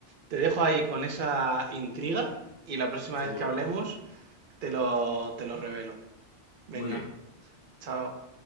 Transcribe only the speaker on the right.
Te dejo ahí con esa intriga y la próxima
vez que hablemos te lo, te lo revelo. Venga,
chao.